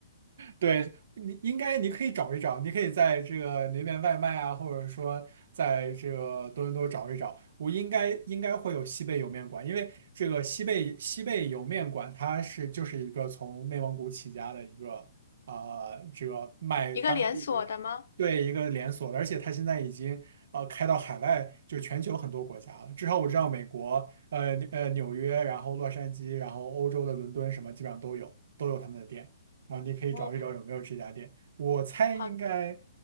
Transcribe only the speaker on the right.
对，你应该你可以找一找，你可以在这个那边外卖啊，或者说在这个多伦多找一找，我应该应该会有西贝莜面馆，因为这个西贝西贝莜面馆它是就是一个从内蒙古起家的一个啊、呃这个卖当地
对一个连锁的，而且它现在已经呃开到海外，就全球很多国家了，至少我知道美国呃呃纽约，然后洛杉矶，然后欧洲的伦敦什么基本上都有都有他们的店。啊，你可以找一找有没有这家店。
我猜应该，